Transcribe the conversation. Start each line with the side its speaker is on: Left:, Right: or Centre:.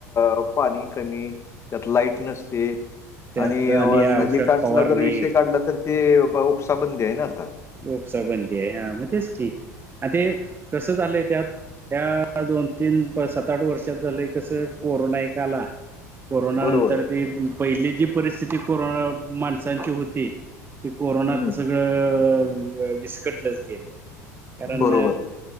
Left: आ पाणी कमी त्यात लाईट नसते.
Right: त्यात
Left: आणि नदी
Right: औषध
Left: काठला
Right: फवारणी
Left: जर विषय काढला तर ते उपसाबंदी आहे ना ते आता.
Right: उपसा बंदी आहे हा मग तेच की आ ते कसं झालंय त्यात त्या दोन तीन सात आठ वर्षात झालं कसं कोरोना एक आला. कोरोना
Left: बरोबर
Right: नंतर ती पहिली जी परिस्थिती कोरोना माणसांची होती. ते कोरोनात
Left: हम्म
Right: सगळं विस्कटलंच गेलंय. करण.
Left: बरोबर